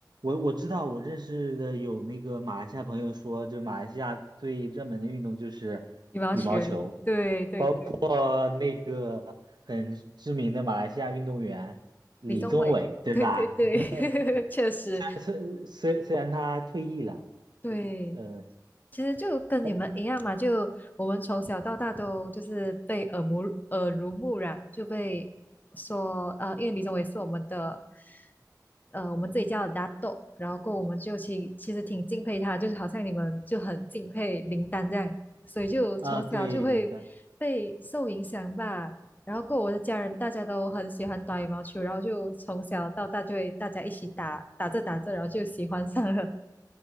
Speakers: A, on the right; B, on the left.
A: 我知道，我认识的有那个马来西亚朋友说，就马来西亚最热门的运动就是羽毛球。
B: 羽毛球，对对对，
A: 过那个很知名的马来西亚运动员李宗伟，
B: 李宗伟，<laughs>
A: 对吧？
B: 对对对，
A: <laughs>
B: <laughs> 确实，
A: 虽虽虽然他退役了，
B: 对，
A: 呃，
B: 其实就跟你们一样嘛，
A: 但
B: 就我们从小到大都就是被耳目耳濡目染，就被说呃，因为李宗伟是我们的呃，我们自己叫的大豆，然后过后我们就其其实挺敬佩他，就是好像你们就很敬佩林丹这样，所以就从小就会被受影响吧。
A: 啊，对，林丹，
B: 然后过后我的家人大家都很喜欢打羽毛球，然后就从小到大就会大家一起打打着打着，然后就喜欢上了。